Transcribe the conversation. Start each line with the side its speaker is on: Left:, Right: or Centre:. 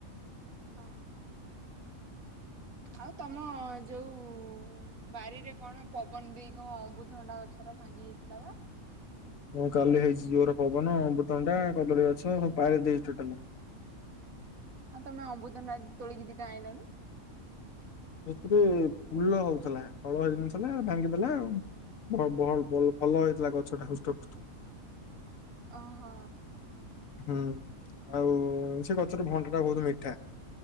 Right: ହଁ ଆଉ ତମ ଯୋଉ ବାରିରେ କଣ ପବନ ଦେଇ କଣ ଅମ୍ବୁଧଣ୍ଡା ଗଛର ଭାଙ୍ଗି ଯାଇଥିଲା ବା।
Left: ହଁ କାଲି ହେଇଛି ଯୋରେ ପବନ ଅମବୃତମଣ୍ଡା କଦଳୀ ଗଛ ସବୁ ପାରେ ଦେଇଛି ଟୋଟାଲେ।
Right: ହଁ ତମ ଅମବୃତମଣ୍ଡା ତୋଳିକି ଦିଟା ଆଇଲନି।
Left: ସେଥିରେ ଫୁଲ ହଉଥିଲା ଫଳ ହେଇନଥିଲା ଭାଙ୍ଗିଦେଲା ଆଉ। ଭ-ଭ-ଭ-ଭଲ ହେଇଥିଲା ଗଛଟା ହୃଷ୍ଟ ପୃଷ୍ଟ।
Right: ଓହୋ।
Left: ହୁଁ ଆଉ ସେ ଗଛର ଭଣ୍ଡା ଟା ବହୁତ ମିଠା।